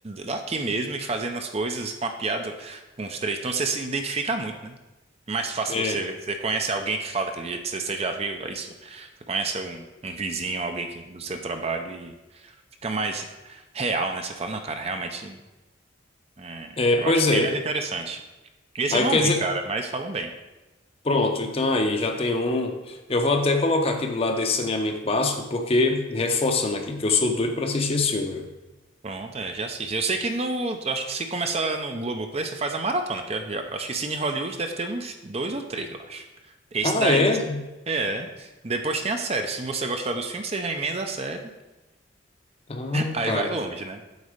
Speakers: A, on the right; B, on the left.
A: daqui mesmo e fazendo as coisas com a piada com os três. Então você se identifica muito, né? É Mais fácil
B: É,
A: você ver. Você conhece alguém que fala daquele jeito, você, você já viu isso? Você conhece um, um vizinho, alguém que, do seu trabalho e fica mais real, né? Você fala, não, cara, realmente, é,
B: é, pois
A: eu acho
B: é.
A: bem mais interessante. Esse
B: Aí
A: eu não
B: quer
A: vi,
B: dizer,
A: cara, mas falam bem.
B: Pronto, então aí já tem um. Eu vou até colocar aqui do lado desse saneamento básico, porque, reforçando aqui, que eu sou doido para assistir esse filme. velho.
A: Pronto, é, já assisto. Eu sei que no. eu Acho que se começar no Globoplay, você faz a maratona, que eu já- acho que Cine Hollywood deve ter uns dois ou três, eu acho. Esse
B: Ah,
A: daí.
B: é?
A: É. Depois tem a série. Se você gostar dos filmes, você já emenda a série.
B: Ah,
A: Aí
B: cara.
A: vai longe, né?